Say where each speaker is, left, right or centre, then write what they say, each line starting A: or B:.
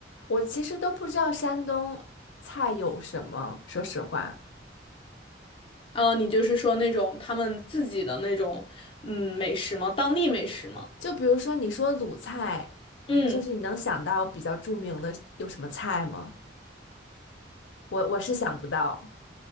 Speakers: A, on the left; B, on the left.
A: 我其实都不知道山东菜有什么，说实话，
B: 啊，你就是说那种他们自己的那种嗯美食吗？当地美食吗？
A: 就比如说你说鲁菜，
B: 嗯，
A: 嗯就是你能想到比较著名的有什么菜吗？我我是想不到，